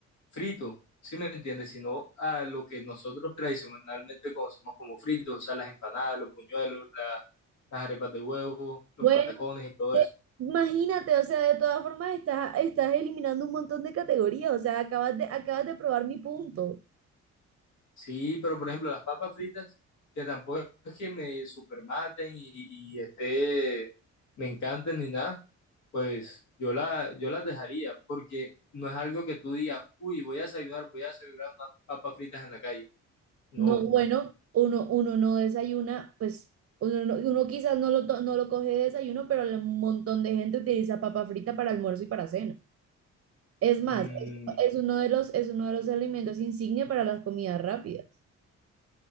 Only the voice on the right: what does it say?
Bueno,
de-
imagínate, o sea, de todas formas estás, estás eliminando un montón de categorías. O sea, acabas de, acabas de probar mi punto.
No, bueno, uno, uno no desayuna, pues uno, no- uno quizás no lo, to- no lo coge de desayuno, pero un montón de gente utiliza papa frita para almuerzo y para cena. Es más,
es, es uno de los, es uno de los alimentos insignia para las comidas rápidas.